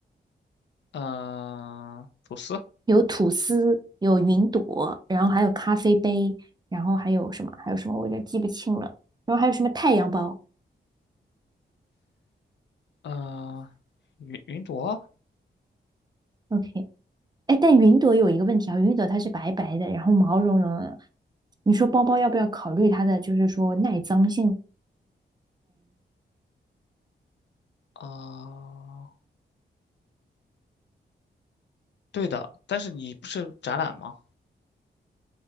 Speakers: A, on the left; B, on the right.
A: 嗯、吐司，
B: 有吐司，有云朵，然后还有咖啡杯，然后还有什么？还有什么？我有点记不清了。然后还有什么太阳包
A: 嗯、云云朵，
B: ？OK，哎，但云朵有一个问题啊，云朵它是白白的，然后毛茸茸的。你说包包要不要考虑它的，就是说耐脏性？
A: 啊、对的，但是你不是展览吗？